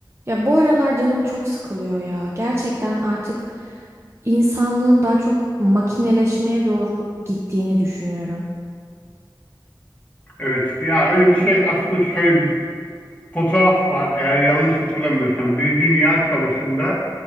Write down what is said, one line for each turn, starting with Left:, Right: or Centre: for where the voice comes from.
Right: Ya bu aralar canım çok sıkılıyor ya. Gerçekten artık insanlığın daha çok makineleşmeye doğru gittiğini düşünüyorum.
Left: Evet ya öyle bir şey aslında şöyle bir fotoğraf var eğer yanlış hatırlamıyorsam. Bir Dünya Savaşı'nda